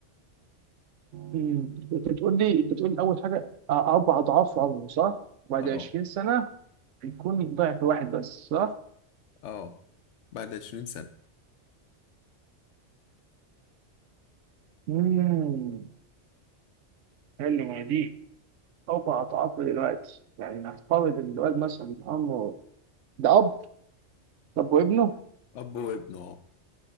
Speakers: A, on the right; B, on the left.
A: مم. انت بتقول لي انت بتقول لي اول حاجه اربع اضعاف عمره صح؟ وبعد
B: اه
A: 20 سنه يكون ضعف واحد بس صح؟
B: اه بعد عشرين سنة
A: امم حلوه دي فوق أضعافه دلوقتي يعني نفترض إن الواد مثلا عمره ده أب طب وابنه
B: اب وابنه اه